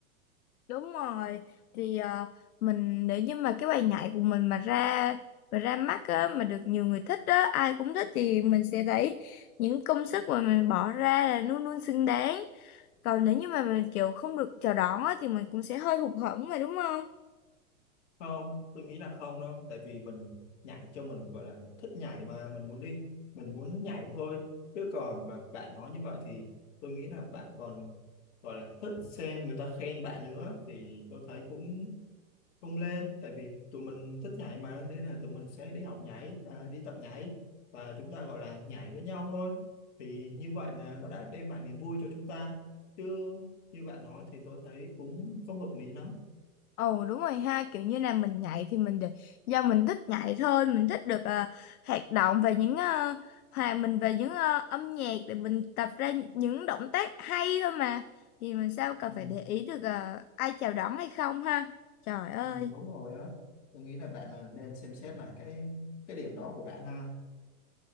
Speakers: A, on the left (about 75°); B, on the left (about 50°).
A: đúng rồi thì ờ, mình nếu như mà cái bài nhảy của mình mà ra mà ra mắt á, mà được nhiều người thích á ai cũng thích thì mình sẽ thấy những công sức mà mình bỏ ra là luôn luôn xứng đáng còn nếu như mà mình kiểu không được chào đón á thì mình cũng sẽ hơi hụt hẫng mà đúng không
B: không tôi nghĩ là không đâu tại vì mình nhảy cho mình gọi là mình thích nhảy mà mình muốn đi mình muốn nhảy thôi chứ còn mà bạn nói như vậy thì tôi nghĩ là bạn còn gọi là thích xem người ta khen bạn nữa thì tôi thấy cũng không lên tại vì tụi mình thích nhảy mà nên là tụi mình sẽ đi học nhảy và đi tập nhảy và chúng ta gọi là nhảy với nhau thôi thì như vậy là nó đã đem lại niềm vui cho chúng ta chứ như bạn nói thì tôi thấy cũng không hợp lý lắm
A: Ồ đúng rồi ha, kiểu như là mình nhảy thì mình được do mình thích nhảy thôi, mình thích được à, hoạt động và những uh, hòa mình về những à, âm nhạc để mình tập ra những động tác hay thôi mà. Thì mình sao cần
B: Ừ,
A: phải để ý được à, ai chào đón hay không ha. Trời ơi.
B: Ừ, đúng rồi á tôi nghĩ là bạn là nên xem xét lại cái cái điểm đó của bạn ha